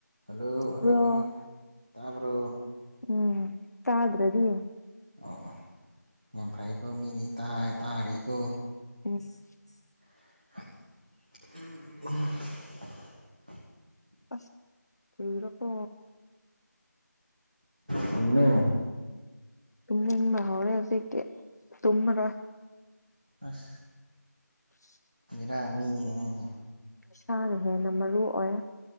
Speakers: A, on the right; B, on the left.
A: hello hello
B: bro
A: hello ꯇꯥꯕ꯭ꯔꯣ
B: ꯎꯝ ꯇꯥꯗ꯭ꯔꯗꯤ
A: ꯑꯣ ꯌꯥꯝꯐꯥꯏ ꯀꯣ ꯃꯤꯗꯤ ꯇꯥ ꯇꯥꯍꯔꯤ ꯀꯣ
B: ꯏꯁ
A: <unintelligible>
B: ꯑꯁ ꯀꯔꯤꯔꯥ ꯀꯣ
A: ꯀꯔꯤꯅꯣ
B: ꯇꯨꯝꯅꯤꯡꯕ ꯍꯧꯔꯦ ꯍꯧꯖꯤꯛꯇꯤ ꯇꯨꯝꯃꯔꯣꯏ
A: ꯑꯁ
B: ꯑꯁ
A: ꯔꯥ ꯃꯤꯅꯤꯅꯦ ꯅꯪꯖꯦ
B: ꯏꯁꯥꯅ ꯍꯦꯟꯅ ꯃꯔꯨ ꯑꯣꯏ